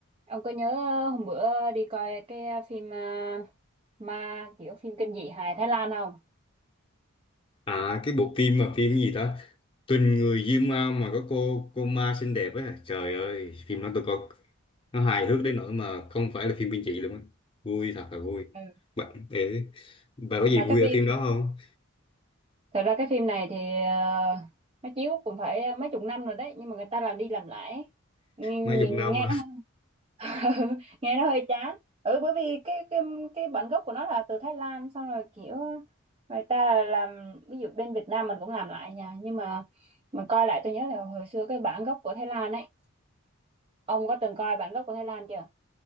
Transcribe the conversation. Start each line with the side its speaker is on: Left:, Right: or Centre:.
Right: Ông có nhớ ờ, hôm bữa đi coi cái ờ, phim à, ma kiểu phim kinh dị hài Thái Lan không?
Left: À cái bộ phim mà phim gì đó Tình người Diêm Ma mà có cô cô ma xinh đẹp ấy à. Trời ơi phim đó tôi coi nó hài hước đến nỗi mà không phải là phim kinh dị luôn á vui thật là vui
Right: ừ
Left: bạn để bà có gì
Right: Mà
Left: vui
Right: cái phim
Left: ở phim đó không
Right: thật ra cái phim này thì ờ, nó chiếu cũng phải ờ, mấy chục năm rồi đấy nhưng mà người ta làm đi làm lại Nhìn,
Left: Má Dục
Right: nhìn
Left: Năm
Right: nghe nó <laughs> nghe nó hơi chán. Ừ bởi vì cái cái cái bản gốc của nó là từ Thái Lan xong rồi kiểu người ta làm ví dụ bên Việt Nam mình cũng làm lại nha nhưng mà mình coi lại tôi nhớ là hồi xưa cái bản gốc của Thái Lan ấy. Ông có từng coi bản gốc của Thái Lan chưa?